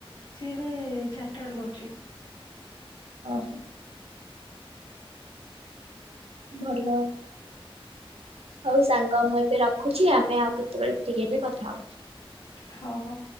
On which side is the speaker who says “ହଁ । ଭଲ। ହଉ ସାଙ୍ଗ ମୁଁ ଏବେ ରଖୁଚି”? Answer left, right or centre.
Right